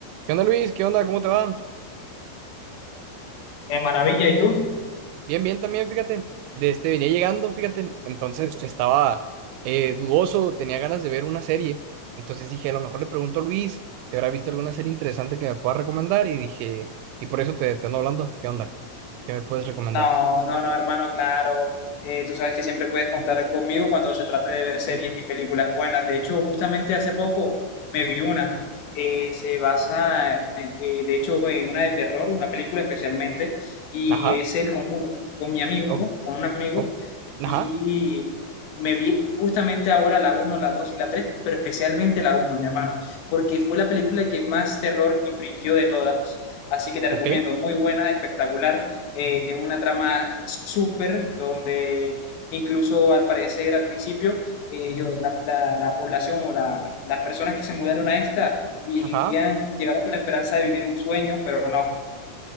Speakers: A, on the right; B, on the left.
A: ¿Qué onda, Luis? ¿Qué onda? ¿Cómo te va?
B: de maravilla y tú
A: Bien, bien también, fíjate. De este venía llegando, fíjate. Entonces estaba eh, dudoso, tenía ganas de ver una serie. Entonces dije, a lo mejor le pregunto a Luis si habrá visto alguna serie interesante que me pueda recomendar. Y dije, y por eso te, te ando hablando. ¿Qué onda? ¿Qué me puedes recomendar?
B: No, no, no, hermano, claro. Eh, tú sabes que siempre puedes contar conmigo cuando se trate de ver series y películas buenas. De hecho, justamente hace poco me vi una. eh, se basa, en- eh, de hecho, en una de terror, una película especialmente, y
A: Ajá.
B: es El Conjuro. Con mi amigo,
A: o-
B: con un amigo,
A: o- ajá.
B: vi, me vi justamente ahora la uno, la 2 y la 3, pero especialmente la uno, mi hermano, porque fue la película que más terror infringió de todas. Así que te
A: Ok.
B: recomiendo, muy buena, espectacular. Eh, tiene una trama súper donde incluso al parecer al principio eh, ellos- la, la- la población o la- las personas que se mudaron a esta vivían,
A: Ajá.
B: llegaron con la esperanza de vivir un sueño, pero no.